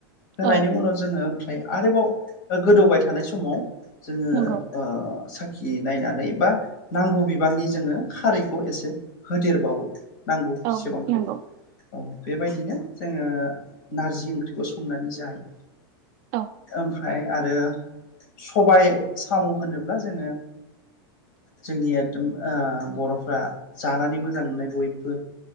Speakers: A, on the left; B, on the right.
A: होनायनि
B: औ
A: उनाव जोङो ओमफ्राय आरोबाव गोदौबाय थानाय समाव जोङो
B: नंगौ
A: ओ साखिनायनानै बा नांगौ बिबांनि जोङो खारैखौ एसे होदेरबावो नांगौ
B: औ
A: सेबांखौ
B: नंगौ
A: औ बेबायदिनो जोङो नारजि ओंख्रिखौ संनानै जायो
B: औ
A: ओमफ्राय आरो सबाइ साम' होनोब्ला जोङो जोंनि एगदम ओ बर'फ्रा जानानै मोजां मोननाय बयबो